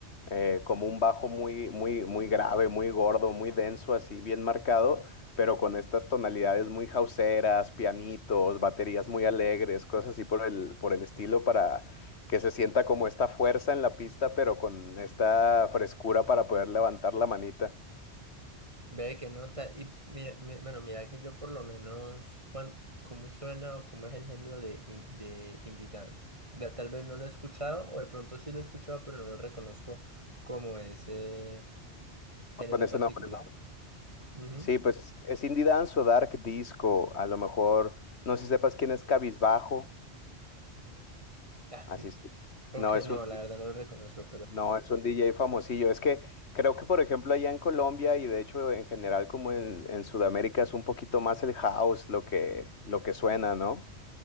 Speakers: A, on the left; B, on the right.
A: eh, como un bajo muy, muy, muy grave, muy gordo, muy denso, así bien marcado, pero con estas tonalidades muy jauseras, pianitos, baterías muy alegres, cosas así por el, por el estilo para que se sienta como esta fuerza en la pista, pero con esta frescura para poder levantar la manita
B: Ve que nota. Y p- mira, me- bueno, mira que yo por lo menos, cuan- ¿cómo suena o cómo es el género de, in- de indie dance? Ve- tal vez no lo he escuchado o de pronto sí lo he escuchado, pero no lo reconozco como ese género
A: con
B: en
A: ese
B: particular.
A: nombre, ¿no?
B: Ujú.
A: Sí, pues es indie dance o dark disco, a lo mejor, no sé si sepas quién es Cabizbajo,
B: Ah,
A: así es.
B: ok,
A: No, es
B: no,
A: un
B: la verdad no lo reconozco,
A: No, es un DJ famosillo. Es que creo que, por ejemplo, allá en Colombia y de hecho en general como en, en Sudamérica es un poquito más el house lo que, lo que suena, ¿no?